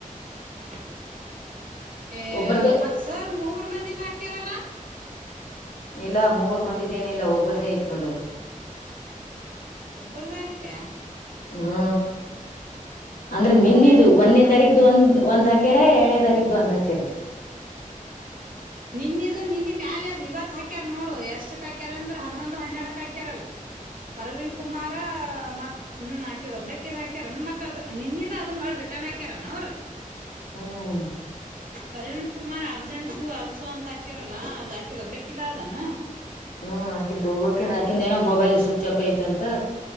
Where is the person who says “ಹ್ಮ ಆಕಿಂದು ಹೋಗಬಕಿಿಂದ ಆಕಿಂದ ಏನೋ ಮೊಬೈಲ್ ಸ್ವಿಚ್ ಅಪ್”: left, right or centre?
Left